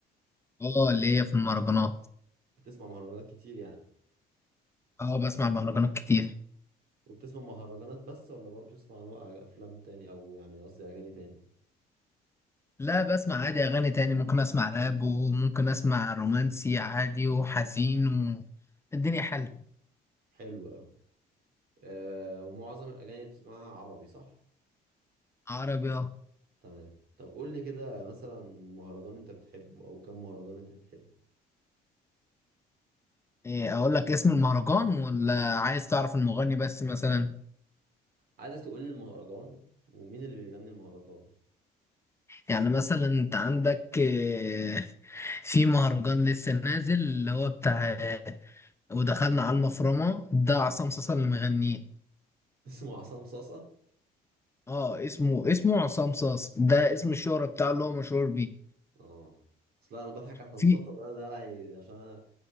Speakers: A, on the left (about 15°); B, on the right (about 65°).
A: اه اللي هي في المهرجانات
B: بتسمع مهرجانات كتير يعني
A: اه بسمع مهرجانات كتير
B: وبتسمع مهرجانات بس ولا برضه بتسمع نوع أغ- افلام تاني او يعني قصدي اغاني تاني
A: لا بسمع عادي اغاني تاني ممكن اسمع راب وممكن اسمع رومانسي عادي وحزين و... الدنيا حلوه
B: حلو قوي آه ومعظم الاغاني اللي بتسمعها عربي صح
A: عربي اه
B: تمام طب قول لي كده مثلا مهرجان انت بتحبه او كم مهرجان انت بتحبه
A: ايه اقول لك اسم المهرجان ولا عايز تعرف المغني بس مثلا
B: عايزك تقول لي المهرجان ومين اللي بيغني المهرجان
A: يعني مثلا انت عندك ايه، في مهرجان لسه نازل اللي هو بتاع ايه، ودخلنا على المفرمه ده عصام صاصا اللي مغنيه
B: <laughs> اسمه عصام صاصة
A: اه اسمه اسمه عصام صاص ده اسم الشهرة بتاعه اللي هو مشهور بيه
B: اه اصل انا بضحك عشان
A: في
B: صاصة ده دلعي عشان انا